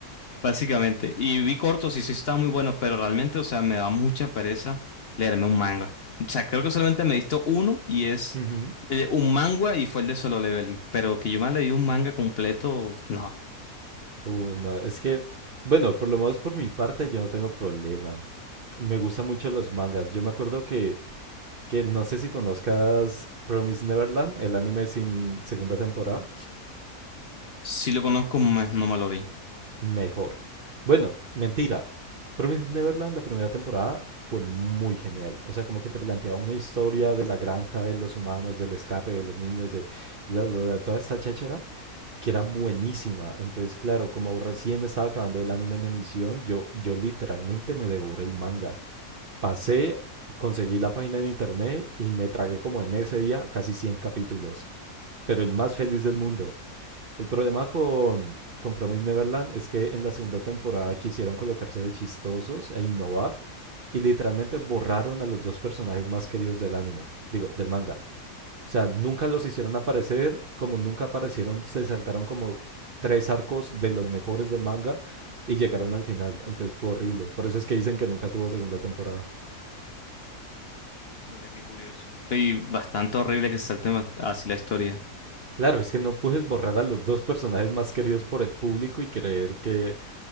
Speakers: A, on the left; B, on the right.
A: Básicamente. Y vi cortos y sí estaban muy buenos, pero realmente, o sea, me da mucha pereza leerme un manga. O sea, creo que solamente me he visto uno y es
B: Ujú.
A: eh, un manga y fue el de Solo Leveling. Pero que yo me leí un manga completo, no.
B: Uh, no, es que, bueno, por lo menos por mi parte yo no tengo problema. Me gustan mucho los mangas. Yo me acuerdo que, que no sé si conozcas Promise Neverland, el anime sin segunda temporada.
A: Si lo conozco, más no me lo vi.
B: Mejor. Bueno, mentira. Promise Neverland, la primera temporada, fue muy genial. O sea, como que te planteaba una historia de la granja, de los humanos, del escape, de los niños, de bla, bla, bla, toda esta cháchara, que era buenísima. Entonces, claro, como recién estaba acabando el anime en emisión, yo, yo literalmente me devoré el manga. Pasé, conseguí la página en internet y me tragué como en ese día casi 100 capítulos, pero el más feliz del mundo. El problema con, con Promise Neverland es que en la segunda temporada quisieron colocarse de chistosos e innovar y literalmente borraron a los dos personajes más queridos del anime, digo, del manga. O sea, nunca los hicieron aparecer, como nunca aparecieron, se saltaron como tres arcos de los mejores del manga y llegaron al final, entonces fue horrible. Por eso es que dicen que nunca tuvo segunda temporada.
A: Mira qué curioso. Y bastante horrible que se salte ma- así la historia.
B: Claro, es que no puedes borrar a los dos personajes más queridos por el público y creer que,